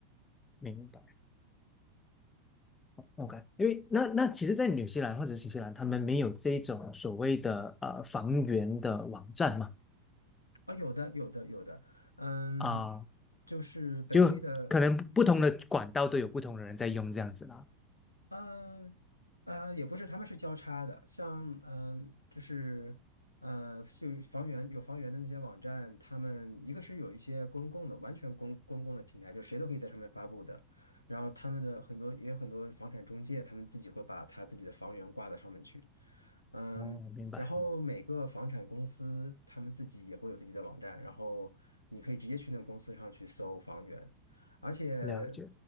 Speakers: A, on the left (about 15°); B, on the left (about 85°).
A: 明白。OK，因为那那其实，在纽西兰或者新西兰，他们没有这种所谓的呃房源的网站嘛，
B: 啊，有的，有的，有的，嗯，
A: 啊、
B: 就是本地的。
A: 就可能不同的管道都有不同的人在用这样子啦。
B: 嗯呃，也不是，他们是交叉的，像嗯、呃就是呃，就房源有房源的那些网站，他们一个是有一些公共的，完全公公共的平台，就谁都可以在上面发布的，然后他们的很多也有很多房产中介，他们自己会把他自己的房源挂到上面去，嗯，
A: 哦，明白，
B: 然后每个房产公司他们自己也会有自己的网站，然后你可以直接去那个公司上去搜房源。而且
A: 了解。